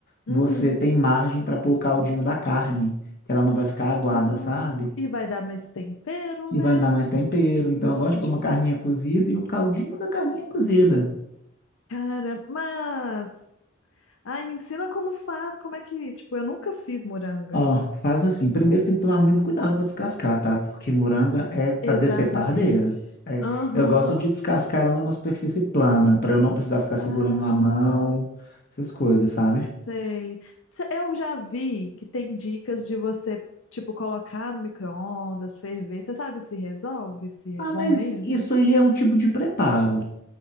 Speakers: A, on the left (about 50°); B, on the left (about 75°).
A: você
B: uhum.
A: tem margem para pôr o caldinho da carne, que ela não vai ficar aguada,
B: Nó-
A: sabe?
B: E vai dar mais tempero,
A: E
B: né?
A: vai dar mais tempero. Então,
B: Gosto
A: eu gosto de pôr
B: de
A: uma carninha cozida e o caldinho da carninha cozida.
B: Cara, mas. Ai, me ensina como faz, como é que. Tipo, eu nunca fiz moranga.
A: Ó, faz assim. Primeiro tem que tomar muito cuidado para descascar, tá? Porque moranga é para
B: Exatamente.
A: decepar dedo. É,
B: Aham.
A: eu gosto de descascar ela numa superfície plana, para eu não precisar ficar segurando
B: Ah,
A: na mão, essas coisas, sabe?
B: sei. Se- Eu já vi que tem dicas de você, tipo, colocar no micro-ondas, ferver. Você sabe se resolve, se é
A: Ah,
B: bom
A: mas
B: mesmo?
A: isso aí é um tipo de preparo.